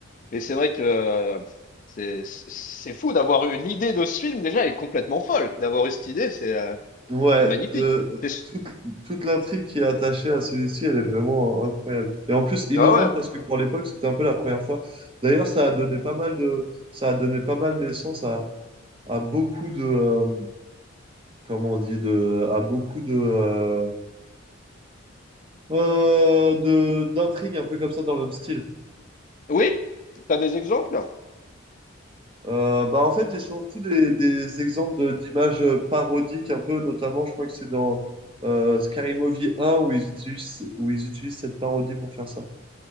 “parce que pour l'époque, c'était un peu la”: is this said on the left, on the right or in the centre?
Right